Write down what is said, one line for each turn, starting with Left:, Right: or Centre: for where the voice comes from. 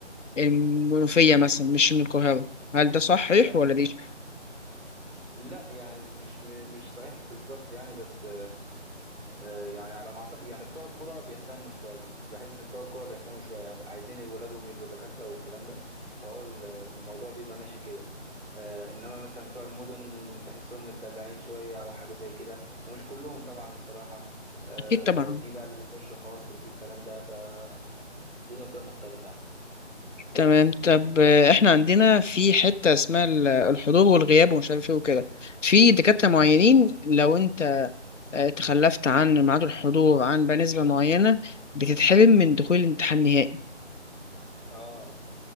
Left: المنوفية مثلا مش من القاهرة هل ده صحيح
Right: أيوه
Left: ولا دي
Right: لا يعني مش م- مش صحيح بالظبط يعني بس آه، يعني على ما أعتقد يعني بتوع الكرة بيهتموا شوية بحس إن بتوع الكرة بيهتموا شوية عايزين ولادهم يبقوا دكاترة والكلام ده فهو ال- الموضوع بيبقى ماشي كده آه، إنما مثلا بتوع المدن تحسهم متدلعين شوية أو حاجة زي كده ومش كلهم طبعا الصراحة آه،
Left: أكيد طبعا
Right: في بقى اللي بيخش خاص وفي الكلام ده فالدنيا بتبقى مختلفة يعني
Left: تمام طب آه، احنا عندنا في حتة اسمها ال- الحضور والغياب ومش عارف ايه وكده في دكاترة معينين
Right: مم.
Left: لو انت آه، تخلفت عن ميعاد الحضور عن بقى نسبة معينة بتتحرم من دخول الامتحان النهائي
Right: آه